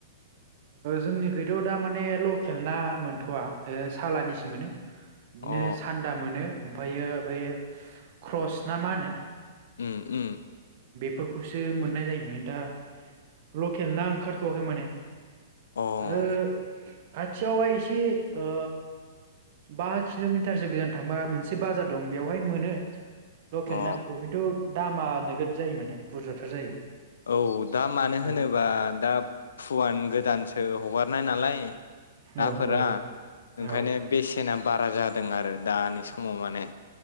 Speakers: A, on the right; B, on the left.
A: जोंनिखैथ' दा माने लकेल ना मोनथ'वा ओ सालानिसो मोनो बिदिनो
B: अ
A: सान्दा मोनो। ओमफ्रायो बै क्रस ना मा होनो?
B: उम उम
A: फोरखौसो मोननाय जायोमोन दा लकेल ना ओंखारथ'वाखै माने
B: अ
A: आरो खाथियावहाय एसे ओ बा किल'मिटारसो गोजान थांबा मोनसे बाजार दं बेवहाय मोनो लखेल
B: अ
A: नाफोरखौ खिनथु दामा नोगोद जायो माने बुरजाथार जायो
B: औ दा मानो
A: औ
B: होनोबा दा फुवान गोदान सो हगारनाय नालाय
A: औ
B: नाफोरा
A: औ
B: ओंखायनो
A: औ
B: बेसेना बारा जादों आरो दानि समाव माने